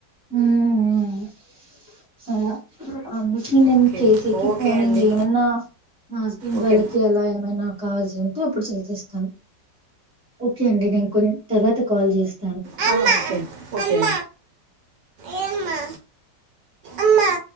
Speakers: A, in the centre; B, on the right.
A: హు హు ఉమ్ సమే హాట్ బిట్ చి నేను
B: ఓకే
A: చేసేకి
B: ఓకే
A: పోను
B: అండి
A: ఇంకేమన్నా మా హస్బెండ్
B: ఓకే
A: వాళ్ళకి అలా ఏమైన్నా కావల్సి వెంటనే అప్పుడు చేసేస్తాను ఓకే అండి నేను కొన్ తర్వాత కాల్ చేస్త
B: ఆ ఓకే ఓకే ఎమ్ అమ్మా అమ్మా